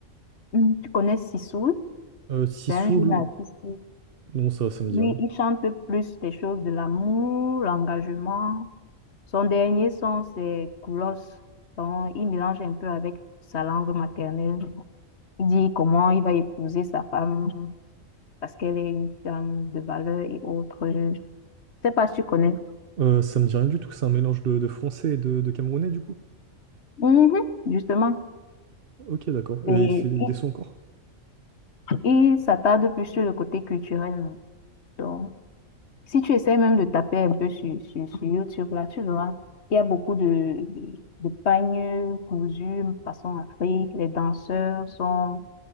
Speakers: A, on the left; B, on the right.
A: Tu connais Sissoul?
B: Euh, Sissoul,
A: C'est un jeune artiste.
B: non, ça, ça me dit
A: Oui,
B: rien.
A: il chante plus des choses de l'amour, l'engagement. Son dernier son, c'est Koulos. Donc, il mélange un peu avec sa langue maternelle. Il dit comment il va épouser sa femme parce qu'elle est une femme de valeur et autres. Je sais pas si tu connais.
B: Euh, ça me dit rien du tout, c'est un mélange de, de français et de, de camerounais du coup.
A: Mhm, justement.
B: Ok, d'accord.
A: Et
B: Et il fait des
A: il,
B: sons encore?
A: il s'attarde plus sur le côté culturel. non. Donc, Si tu essaies même de taper un peu sur, sur, sur YouTube, là, tu verras, il y a beaucoup de, de, de pagnes cousus façon Afrique, les danseurs sont...